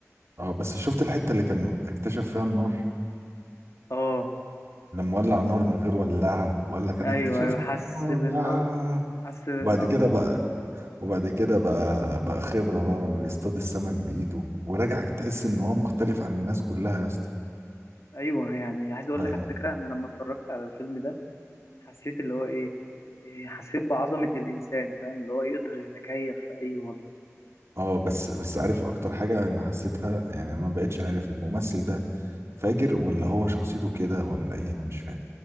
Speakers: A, on the right; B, on the left.
A: اه بس شفت الحتة اللي كان اكتشف فيها النار
B: اه
A: لما ولع النار من غير ولاعة وقال لك انا
B: ايوه
A: اكتشفت
B: ايوه حس
A: النار
B: بالنصر
A: آه.
B: حس بالنصر
A: وبعد كده بقى وبعد كده بقى بقى خبرة بقى, بقى بيصطاد السمك بإيده وراجع تحس ان هو مختلف عن الناس كلها يا اسطى
B: ايوه يعني عايز اقول
A: اه آه،
B: لك على فكره انا لما اتفرجت على الفيلم ده حسيت اللي هو ايه إيه، حسيت بعظمة الإنسان فاهم اللي هو يقدر يتكيف في أي وضع
A: آه، بس بس عارف اكتر حاجة انا حسيتها يعني ما بقتش عارف الممثل ده فاجر ولا هو شخصيته كده ولا ايه انا مش فاهم